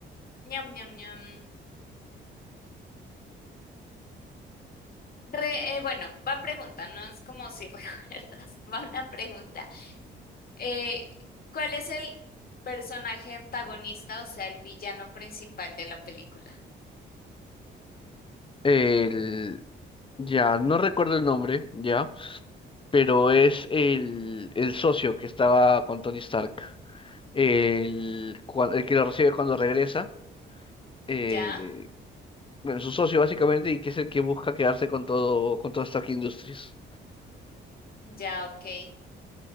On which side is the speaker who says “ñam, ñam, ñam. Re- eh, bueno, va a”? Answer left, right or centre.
Left